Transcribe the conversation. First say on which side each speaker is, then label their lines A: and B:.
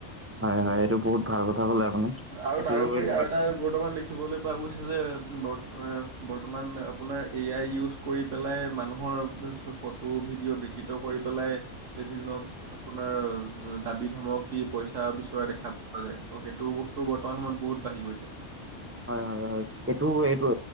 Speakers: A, on the right; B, on the right.
A: হয়, হয় এইটো বহুত ভাল কথা কলে আপুনি
B: আৰু
A: এইটো
B: তাৰোপৰি
A: এনেকুৱা
B: আৰু এটা বৰ্তমান দেখিবলৈ পোৱা গৈছে যে <unintelligible> বৰ্তমান আপোনাৰ এ আই ইউজ কৰি পেলাই মানুহৰ ফটো ভিডিঅ বিকৃত কৰি পেলাই বিভিন্ন আপোনাৰ দাবি ধমক দি পইচা বিচৰা দেখা পোৱা যায় ত'সেইটো বচ তো বৰ্তমান সময়ত বহুত বাঢ়ি গৈছে।
A: হয়, হয়, হয়। হয় এইটো, এইটো